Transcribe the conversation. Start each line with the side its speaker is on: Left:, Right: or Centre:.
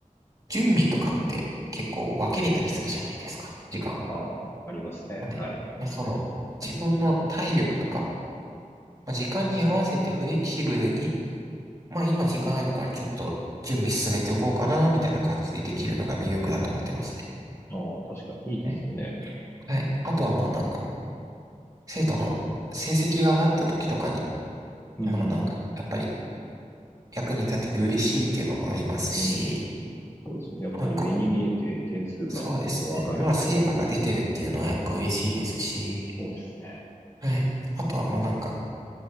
Right: 準備とかって結構分けれたりするじゃないですか、時間を。
Left: あ、ありますね。
Right: なんで、
Left: はい。
Right: まあその自分の体力とか、まあ時間に合わせてフレキシブルにまあ今時間あるからちょっと準備進めておこうかな、みたいな感じでできるのが魅力だと思ってますね。
Left: ああ、確かにいいですよね。
Right: はい。はい。あとはまあなんか、生徒の成績が上がった時とかに、
Left: うん、
Right: まあなんか、
Left: うん、
Right: やっぱり役に立てて嬉しいっていうのもありますし、
Left: うん。うん。そうですね。やっぱり目に見えて点数がこう上がると、
Right: なんか、そうですね。まあ成果が出てるっていうのはやっぱ嬉しいですし、
Left: やっぱり、そうですね。
Right: はい。あとはまあなんか、